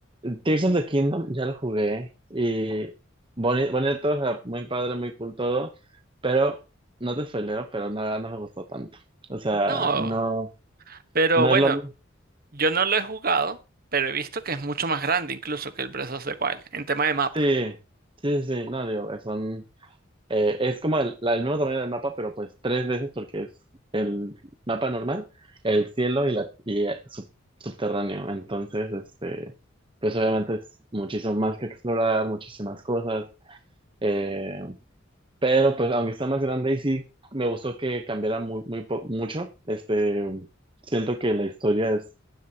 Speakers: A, on the right; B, on the right.
A: Tears of the Kingdom ya lo jugué y boni- bonito, o sea, muy padre, muy cool todo, pero no te spoileo, pero nada, no me gustó tanto. O sea,
B: No,
A: no,
B: pero
A: no
B: bueno.
A: es lo mismo.
B: Yo no lo he jugado, pero he visto que es mucho más grande incluso que el Breath of the Wild en tema de mapa.
A: Sí, sí, sí, sí, no, digo, eh, son, eh, es como el, la- el mismo tamaño del mapa, pero pues tres veces porque es el mapa normal, el cielo y, la, y eh, sub- subterráneo. Entonces, este, pues obviamente es muchísimo más que explorar, muchísimas cosas, eh, pero pues aunque está más grande y sí, me gustó que cambiara muy, muy po- mucho, este, siento que la historia es